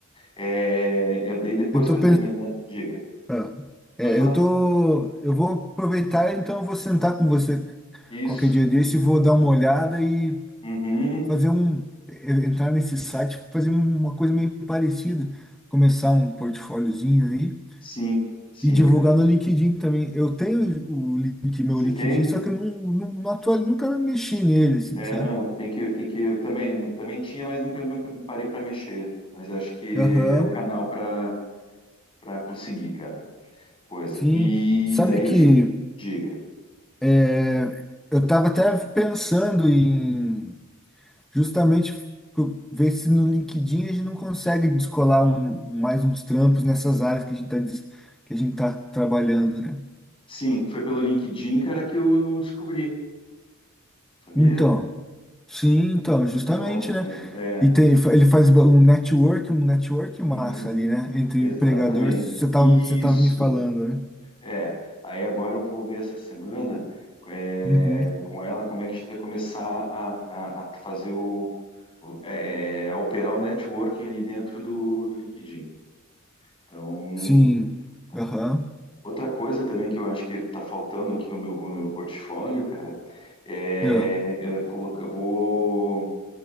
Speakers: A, on the left (about 25°); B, in the centre.
A: é, eu dei depois
B: Eu tô
A: que eu terminar. Diga.
B: Ah,
A: Pode
B: É,
A: falar.
B: eu tô, eu vou aproveitar, então eu vou sentar com você
A: Isso.
B: qualquer dia desse, e vou dar uma olhada e
A: Uhum.
B: fazer um, e- entrar nesse site, fazer uma coisa meio parecida, começar um portfóliozinho aí
A: Sim, sim,
B: e divulgar
A: cara.
B: no LinkedIn também. Eu tenho o link, meu
A: Você
B: LinkedIn,
A: tem?
B: só que eu não, não, não atual- nunca mexi nele, assim,
A: É,
B: sabe?
A: não, tem que, tem que. eu Também, não- também tinha, mas nunca, nunca parei para mexer. Mas acho que
B: Aham,
A: é o canal para para conseguir, cara. Coisa.
B: sim.
A: E
B: Sabe
A: daí
B: que
A: o que. Diga.
B: é, eu tava até pensando em justamente pro- ver se no LinkedIn a gente não consegue descolar um- mais uns trampos nessas áreas que a gente está que a gente tá trabalhando, né?
A: Sim, foi pelo LinkedIn, cara, que eu descobri. Sabia?
B: Então, sim, então, justamente,
A: Então,
B: né?
A: é, é,
B: E tem, ele faz um network, um network
A: uhum,
B: massa ali, né? Entre
A: exatamente.
B: empregadores, você tava,
A: Isso.
B: você tava me falando, né?
A: É. Aí agora eu vou ver essa semana é,
B: Uhum.
A: com ela como é que a gente vai começar a, a- a fazer o, o- é, a operar o networking ali dentro do, do LinkedIn. Então,
B: Sim.
A: tá.
B: Aham.
A: Outra coisa também que eu acho que está faltando aqui no meu, no meu portfólio, cara, é
B: É.
A: eu, colo- eu vou